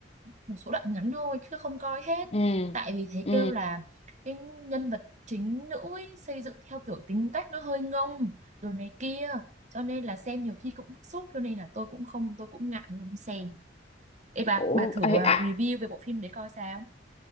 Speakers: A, on the right; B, on the left.
A: một số đoạn ngắn thôi chứ không coi hết
B: ừ
A: tại vì thấy
B: ừ
A: kêu là cái nhân vật chính nữ ấy, xây dựng theo kiểu tính cách nó hơi ngông rồi này kia cho nên là xem nhiều khi cũng bức xúc cho nên là tôi cũng không tôi cũng ngại không xem Ê bà
B: Ủa,
A: bà thử
B: à,
A: à, review về bộ phim đấy coi sao